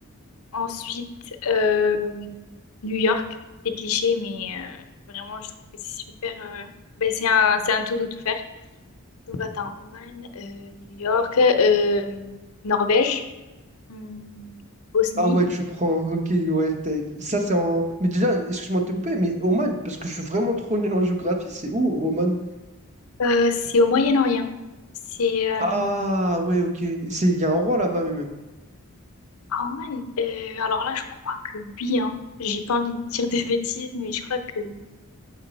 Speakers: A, on the left; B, on the right.
A: Ensuite, euh, New York. C'est cliché, mais euh, vraiment, je trouve que c'est super. euh, ben, c'est un, c'est un tout doux tout faire. Donc attends, Oman, euh, New York, euh, Norvège, hmm, Bosnie.
B: Ah ouais, tu prends. <laughs> Ok, ouais. t'es- Ça, c'est en. Mais déjà, excuse-moi de te couper, mais Oman, parce que je suis vraiment trop nul en géographie, c'est où, Oman?
A: Euh, c'est au Moyen-Orient. C'est euh,
B: Ah ouais, ok. C'est... Il y a un roi là-bas, mais même.
A: ah, Oman. Euh, alors là, je crois que oui, hein. J'ai pas envie de dire des <laughs> bêtises, mais je crois que oui.